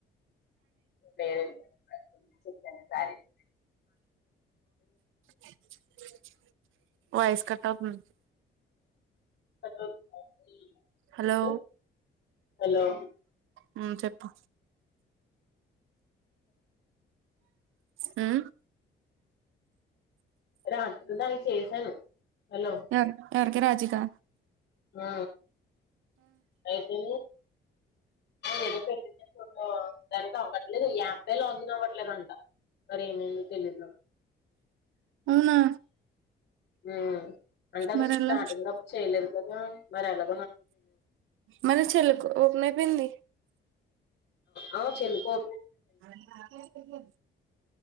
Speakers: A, on the left; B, on the right.
A: <unintelligible>
B: <inaudible> వాయిస్ కట్ అవుతుంది
A: కట్ అవుతుంది
B: హలో
A: హలో
B: హుమ్ చెప్పు హూ
A: రాత్రి దానికి చేసాను హలో
B: ఎవర్ ఎవరికి రాజికా
A: ఆ అయితే ఎదో పెట్టింది కదా దానికి లేదు ఈ యాప్లే లాగిన్ అవ్వట్లేదంట మరి ఏమైందో తెలీయదు
B: అవునా
A: ఆ అంటే అది
B: మరెలా
A: స్టార్టింగ్ అపుడు చేయలే ప్రతిదానికి మరెలా
B: మన చెలుకు ఓపనే ఐపోయింది
A: అవు చెందుపో
B: హూ